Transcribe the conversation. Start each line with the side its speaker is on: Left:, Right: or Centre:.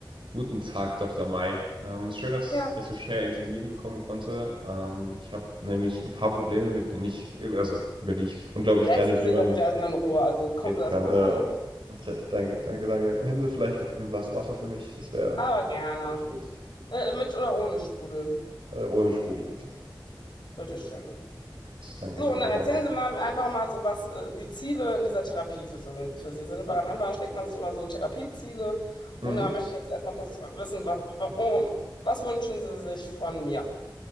Right: Guten Tag, Dr. Mai. Ähm, schön, dass
Left: Ja,
Right: ich so schnell einen Termin bekommen konnte. Ähm, ich habe nämlich ein paar Probleme, mit denen ich, also über die ich unglaublich
Left: setzen
Right: gerne mit
Left: Sie sich
Right: jemandem
Left: doch bitte erstmal in Ruhe. Also kommen
Right: reden
Left: Sie erstmal
Right: kann. Äh,
Left: an.
Right: okay, danke, danke, danke. Hätten Sie vielleicht noch ein Glas Wasser für mich? Das wäre,
Left: Aber gerne.
Right: glaube ich, gut.
Left: Äh, mit oder ohne Sprudel.
Right: Äh, ohne Sprudel, bitte.
Left: Bitteschön.
Right: Gut, danke,
Left: So,
Right: danke,
Left: und dann
Right: danke.
Left: erzählen Sie mal einfach mal so, was äh, die Ziele in dieser Therapie für, sind, für Sie sind, weil
Right: Ja.
Left: am Anfang steckt man sich immer so Therapieziele.
Right: Mhm.
Left: Und da möchte ich jetzt erstmal kurz wissen, was, warum, was wünschen Sie sich von mir?